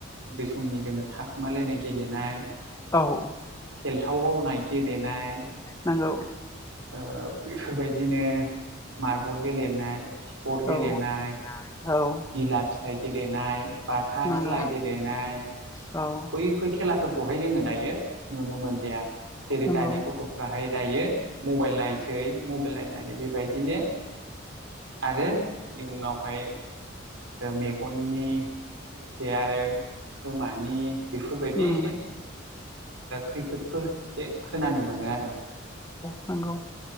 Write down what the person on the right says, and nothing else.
उन्दै समनि जोङो थाखोमालायनाय गेलेनाय
सेलथावआव नाय गेलेनाय
ओ बेफोरबायदिनो मार्बल गेलेनाय किबर्ड
गेलेनाय
गिला फिथाइ गेलेनाय बाथा
खेला गेलेनाय
बैफोर खेलाफोरखौहाय जोङो दायो नुनो मोनलिया। जेरै
दानि गथ'फ्राहाय दायो मबाइल नायसै मबाइल नायनानै बेबायदिनो आरो इयनावहाय मेगननि एसे आरो खोमानि बेफोरबायदि
एसे खैफोदफोर एसे खोनानो मोनो आरो